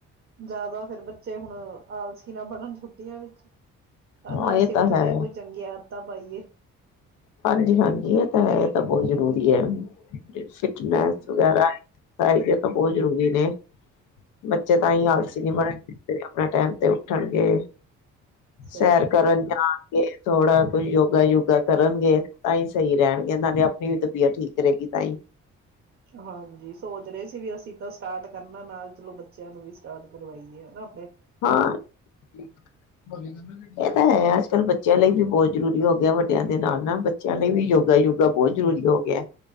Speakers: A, on the right (about 45°); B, on the left (about 80°).
A: ਜਿਆਦਾ ਫੇਰ ਬੱਚੇ ਹੁਣ ਆਲਸੀ ਨਾ ਬਣਨ ਛੁੱਟੀਆਂ ਵਿੱਚ। ਹੇਨਾ,
B: ਹਾਂ ਇਹ
A: ਅਸੀਂ
B: ਤਾਂ
A: ਵੀ
B: ਹੈ
A: ਥੋੜੇ ਕੋਈ ਚੰਗੇ ਆਦਤਾ ਪਾਈਏ।
B: ਹਾਂਜੀ ਹਾਂਜੀ, ਇਹ ਤਾਂ ਹੈ ਇਹ ਤਾਂ ਬਹੁਤ ਜ਼ਰੂਰੀ ਏ। ਫਿਟਨੈਸ
A: ਹਮ
B: ਵਗੈਰਾ। <unintelligible> ਤਾਂ ਬਹੁਤ ਜ਼ਰੂਰੀ ਨੇ। ਬੱਚੇ ਤਾਂ ਹੀ
A: ਹਮ
B: ਆਲਸੀ ਨੀ ਬਣਨਗੇ। ਆਪਣਾ ਟੈਮ ਤੇ ਉੱਠਣਗੇ।
A: ਸਹੀ
B: ਸੈਰ
A: ਗੱਲ
B: ਕਰਨ
A: ਹੈ
B: ਜਾਨ ਥੋੜਾ ਕੋਈ ਯੋਗਾ ਯੁੱਗਾ ਕਰ ਕਰਨਗੇ ਤਾਂ ਹੀ ਸਹੀ ਰੇਣਗੇ ਇਹਨਾਂ ਦੀ ਆਪਣੀ ਵੀ ਤਬੀਅਤ ਠੀਕ ਰਹੇਗੀ ਤਾਂ ਹੀ।
A: ਹਾਂਜੀ ਸੋਚ ਰਹੇ ਵੀ ਅਸੀਂ ਬਸ ਸਟਾਰਟ ਕਰਨਾ ਨਾਲ ਚਲੋ ਬੱਚੇ ਤੇ ਇਹਨੂੰ ਵੀ ਸਟਾਰਟ ਕਰਵਾਈਏ ਹਨਾਂ।
B: ਹਾਂ <unintelligible> ਇਹ ਤਾਂ ਹੈ। ਕੱਲ੍ਹ ਬੱਚਿਆਂ ਲਈ ਵੀ ਬਹੁਤ ਜ਼ਰੂਰੀ ਹੋ ਗਿਆ, ਵੱਡਿਆਂ ਦੇ ਨਾਲ ਨਾ ਬੱਚਿਆਂ ਲਈ ਵੀ ਯੋਗਾ, ਯੋਗਾ ਬਹੁਤ ਜ਼ਰੂਰੀ ਹੋ ਗਿਆ।